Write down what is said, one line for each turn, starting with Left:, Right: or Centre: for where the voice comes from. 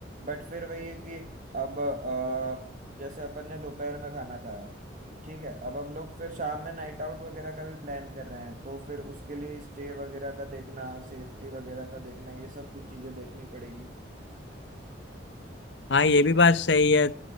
Right: बट फिर वही है कि अब अ, जैसे अपन ने दोपहर में खाना खाया ठीक है अब हम लोग फिर शाम में नाइट आउट वगैरह का भी प्लान कर रहे हैं तो फिर उसके लिए स्टे वगैरह का देखना सेफ्टी वगैरह का देखना ये सब भी चीजें देखनी पड़ेगी
Left: हाँ ये भी बात सही है